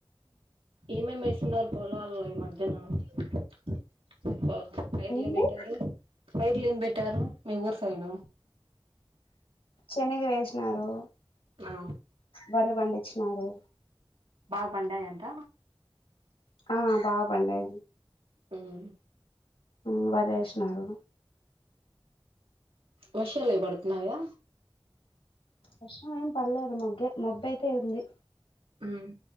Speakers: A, on the right; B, on the left.
A: ఏమేమి వేస్ న్నారు పోలాల్ల ఈ మధ్య్న <unintelligible> పైట్
B: ఏంది
A: పెట్టారు పైర్లు ఏం పెట్టారు మీ ఊరు సైడ్
B: చనగ వేసినారు
A: ఆ,
B: వరి పండిచినారు
A: బాగ పండాయ అంట
B: ఆ బాగా పండాయి
A: ఉం
B: ఉం వరి వేసినారు
A: వర్షాలు అవి పడుతున్నాయా
B: వర్షం ఏం పడలేదు మొగ్గే మబ్బ అయితే ఉంది
A: ఉం